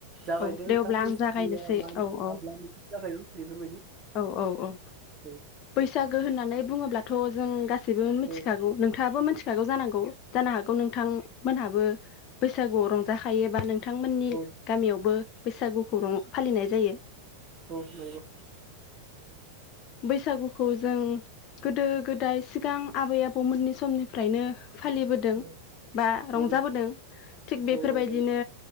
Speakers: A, on the right; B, on the left.
A: जागायदो
B: औ दे अब्ला
A: बैसागुआ
B: आं जागायनोसै
A: मा
B: औ औ
A: माब्लानिफ्राय जागायो बेफोरबायदि
B: औ औ औ
A: औ
B: बैसागो
A: दे
B: होननानै बुङोब्ला थ' जों गा सिबो मिथिखागौ
A: औ
B: नोंङाबो मि‌थि खागौ जानांगौ जानो हागौ नोंथांमोनहाबो बैसागुआव रंजाखायोबा नों थांमोननि
A: औ
B: यावबो बैसागुखौ रं फालिनाय जायो।
A: औ नंगौ।
B: बैसागुखौ जों गोदो गोदाय सिगां आबै आबौ मोन फालिबोदों
A: औ
B: बा रंजाबोदों
A: नंगौ
B: थिग बेफोरबायदिनो
A: औ रंजायो